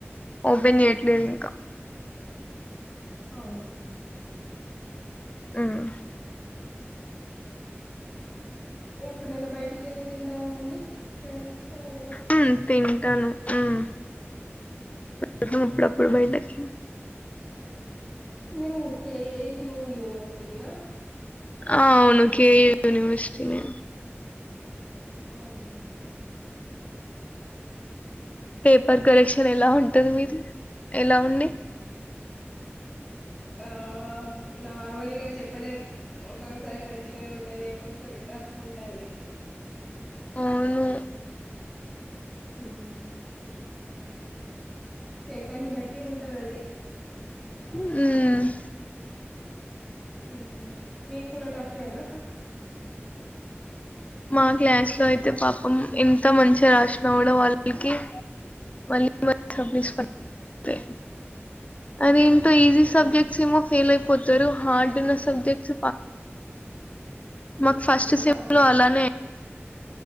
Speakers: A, on the left; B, in the centre.
A: ఓపెన్ చేయ్ లేవింక
B: అవునా.
A: హ్మ్
B: ఎప్పుడైనా బయటికెల్లి తింటారా అండి? ఫ్రెండ్స్ తో ఇలా
A: ఉమ్ తిన్ టను ఉమ్, ఇపుడు ప్పుడెప్పుడు బయల్దేరుతున్నావ్?
B: మీరు కే ఎ యూ యూనివర్సిటీ నా?
A: ఆ అవును, కే యూ యూనివర్సిటీ నే.
B: అవునా!
A: పేపర్ కరెక్షన్ ఎలా ఉంటది మీది, ఎలా ఉంది?
B: ఆ నార్మల్ఇగ, చెప్పలేం. ఒక్కొక్కసారి మంచిగనే ఉంటది, ఒక్కొక్కసారి టఫ్ ఉంటది.
A: అవును.
B: హ్మ్ పేపర్ ని బట్టి ఉంటదది.
A: ఉమ్
B: ఉమ్, మీక్కుడా టఫేనా?
A: మా క్లాస్ లో అయితే, పాపం ఎంత మంచిగా రాసినా కూడ వాళ్ళకి వల్ <unintelligible> త్తయి. అది ఏంటో, ఈజీ
B: అవునా
A: సబ్జెక్ట్స్ ఏమో ఫెయిలైపోతరు, హార్డ్ ఉన్న సబ్జెక్ట్ మాకు ఫస్ట్ సెమ్
B: అవును
A: లో అలానే